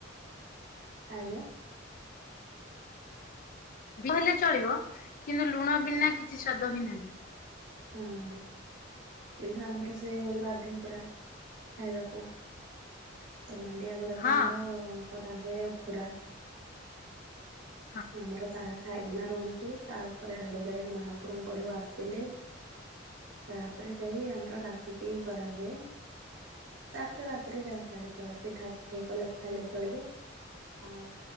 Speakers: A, on the right; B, on the left.
A: ଆଜ୍ଞା।
B: ଭଲେ ଚଳିବ କିନ୍ତୁ ଲୁଣ ବିନା କିଛି ସ୍ବାଦ ହିଁ ନାହିଁ।
A: ହଁ। କିନ୍ତୁ ଆମର ସେଇଭଳି ବାଧ୍ୟ ପରା ଖାଇବାକୁ। ତ ମାଣ୍ଡିଆ ଘରାକୁ
B: ହଁ
A: ଆମର କରାହୁଏ ଉଖୁଡ଼ା।
B: ହଁ
A: ଆମର ତାହା ଖାଇକିନା ରୁହନ୍ତି ତାପରେ ହାଡ଼ୁ ଯାଇ ମାହାପ୍ରଭଙ୍କଡୁ ଆସିଲେ ତାହାପରେ ଯାଇ ଆମର ରାତିକି କରାହୁଏ। ତାପରେ ରାତିରେ ଯାହା ଖାଇଲେ ଚଳେ ପିଠା ପୁଠେ କଲେ ଖାଇଲେ ଚଳିବ। ଆଉ